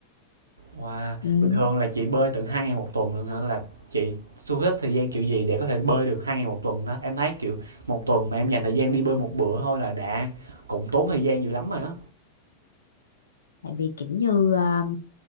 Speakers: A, on the right; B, on the left.
A: Wow,
B: ừ
A: bình thường là chị bơi tận hai ngày một tuần luôn hả? Là chị thu hết thời gian kiểu gì để có thể bơi được hai ngày một tuần đó? Em thấy kiểu một tuần mà em dành thời gian đi bơi một bữa thôi là đã cũng tốn thời gian dữ lắm rồi á.
B: tại vì kiểu như um,